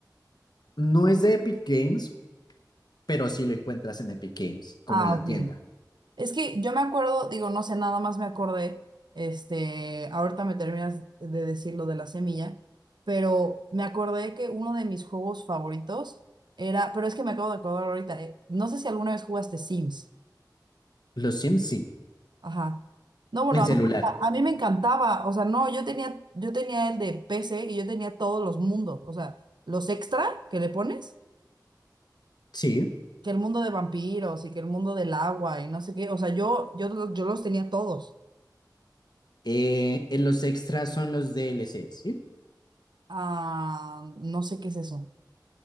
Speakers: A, on the left; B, on the right.
A: No es de Epic Games, pero sí lo encuentras en Epic Games, como
B: Ah,
A: en la
B: ok.
A: tienda.
B: Es que yo me acuerdo, digo, no sé, nada más me acordé, este, ahorita me terminas de decir lo de la semilla, pero me acordé que uno de mis juegos favoritos era, pero es que me acabo de acordar ahorita, eh, no sé si alguna vez jugaste Sims,
A: Los Sims sí,
B: ajá. No, bueno,
A: en
B: a
A: celular.
B: mí, a mí me encantaba, o sea, no, yo tenía, yo tenía el de PC y yo tenía todos los mundos, o sea, los extra que le pones,
A: Sí.
B: que el mundo de vampiros y que el mundo del agua y no sé qué, o sea, yo, yo, yo los tenía todos.
A: Eh, en los extras son los DLC,
B: Ah, no sé qué es eso.